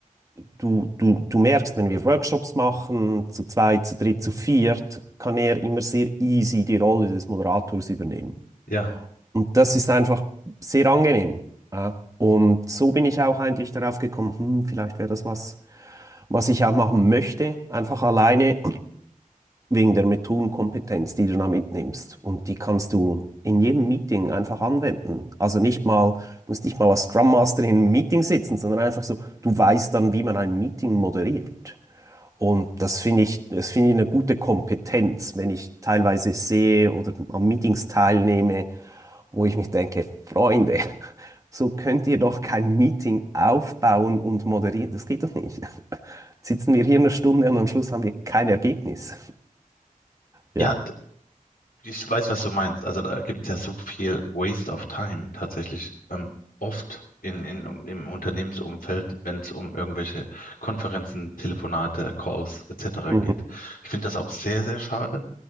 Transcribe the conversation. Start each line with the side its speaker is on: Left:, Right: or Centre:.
Right: du, du, du merkst, wenn wir Workshops machen, zu zweit, zu dritt, zu viert, kann er immer sehr easy die Rolle des Moderators übernehmen.
Left: Ja.
Right: Und das ist einfach sehr angenehm. Ja. Und so bin ich auch eigentlich darauf gekommen, hm, vielleicht wäre das was, was ich auch machen möchte, einfach alleine wegen der Methodenkompetenz, die du da mitnimmst. Und die kannst du in jedem Meeting einfach anwenden. Also nicht mal, musst nicht mal als Scrum Master in einem Meeting sitzen, sondern einfach so, du weißt dann, wie man ein Meeting moderiert. Und das finde ich, das finde ich eine gute Kompetenz, wenn ich teilweise sehe oder an Meetings teilnehme, wo ich mich denke, Freunde, <laughs> so könnt ihr doch kein Meeting aufbauen und moderieren. Das geht doch nicht. <laughs> sitzen wir hier eine Stunde und am Schluss haben wir kein Ergebnis.
Left: Ja,
Right: Ja.
Left: t- ich weiß, was du meinst. Also da gibt es ja so viel Waste of Time tatsächlich. Ähm, oft in, in, um, im Unternehmensumfeld, wenn es um irgendwelche Konferenzen, Telefonate, Calls etc.
Right: Mhm.
Left: geht. Ich finde das auch sehr, sehr schade,